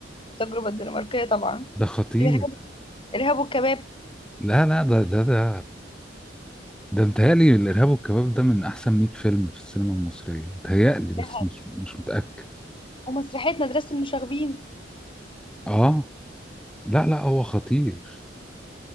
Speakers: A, on the left; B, in the centre.
A: التجربة الدنماركية طبعا
B: ده خطير
A: الإرهاب الإرهاب والكباب
B: لا لا ده ده ده ده متهيألي الإرهاب والكباب ده من أحسن 100 فيلم في السينما المصرية متهيألي بس
A: ده
B: مش مش متأكد
A: ومسرحية مدرسة المشاغبين
B: آه لا لا هو خطير